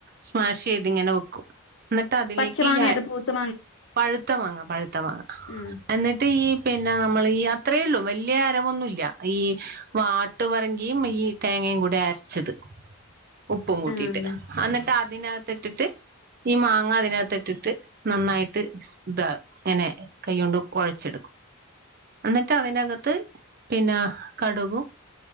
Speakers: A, on the right; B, on the left.
A: സ്മാഷ് ചെയ്തിങ്ങനെ വെക്കും എന്നിട്ട് അതിലേക്ക്
B: പച്ച മാങ്ങേ
A: ഈ
B: അതോ പൂത്ത
A: - പഴുത്തമാങ്ങ പഴുത്തമാങ്ങ
B: ഉം
A: എന്നിട്ട് ഈ പിന്നെ നമ്മള് ഈ അത്രേള്ളൂ വലിയ അരവൊന്നുമല്ല ഈ- വാട്ട് പറങ്കിയും ഈ തേങ്ങയും കൂടെ അരച്ചത് ഉപ്പും-
B: ആ
A: ക്
B: അങ്ങനെ
A: എന്നിട്ട് അതിനകത്ത് ഇട്ടിട്ട് ഈ മാങ്ങ അതിനകത്ത് ഇട്ടിട്ട് നന്നായിട്ട്- ഇത് ഇങ്ങനെ കൈകൊണ്ട് കൊഴ ച്ചെടുക്കും എന്നിട്ട് അതിനകത്ത് പിന്നെ കടുകും-